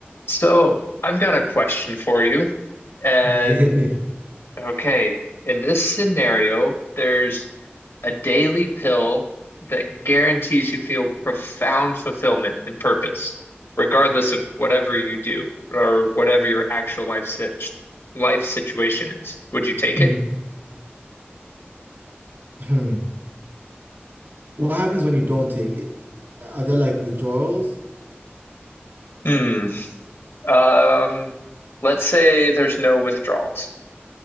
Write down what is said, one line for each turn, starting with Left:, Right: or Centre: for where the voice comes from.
Left: So I've got a question for you. And
Right: All right, hit me.
Left: okay, in this scenario, there's a daily pill that guarantees you feel profound fulfillment and purpose, regardless of whatever you do or whatever your actual life sit life situation is. Would you take
Right: Mm,
Left: it?
Right: hmm. What happens when you don't take it? Are there like withdrawals?
Left: Hmm. Um, let's say there's no withdrawals.